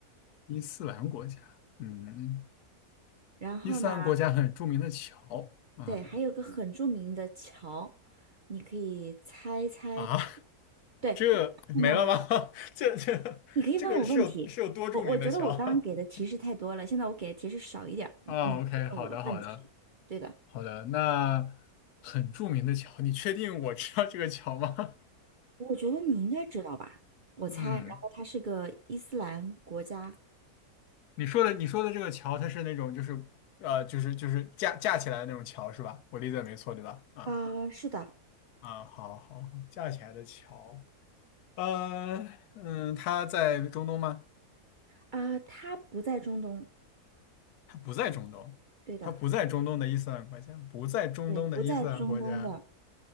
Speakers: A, on the left (about 80°); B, on the right (about 55°).
A: 伊斯兰国家，嗯，
B: 然后呢，
A: 伊斯兰国家很著名的桥，嗯
B: 对，还有个很著名的桥，你可以猜猜。
A: 啊，<laughs>
B: 对，
A: 这
B: 然后呢，
A: <laughs> 没了吗？<laughs> 这这这个是有是有多著名的桥？
B: 你可以问我问题。我我觉得我刚刚给的提示太多了，
A: <laughs>
B: 现在我给的提示少一点儿，你你来问我问题。
A: 啊，OK，好的，好的，
B: 对的，
A: 好的，那很著名的桥，你确定我知道这个桥吗？
B: 我觉得你应该知道吧，我猜。
A: <laughs> 嗯，
B: 然后它是个伊斯兰国家。
A: 你说的你说的这个桥，它是那种就是呃就是就是架架起来的那种桥是吧？我理解没错对吧？啊
B: 啊、是的。
A: 啊，好好，架起来的桥，呃嗯，它在中东吗？
B: 啊，他不在中东，
A: 它不在中东，
B: 对的，
A: 它不在中东的伊斯兰国家，不在中东的伊斯兰国家。
B: 对，不在中东的，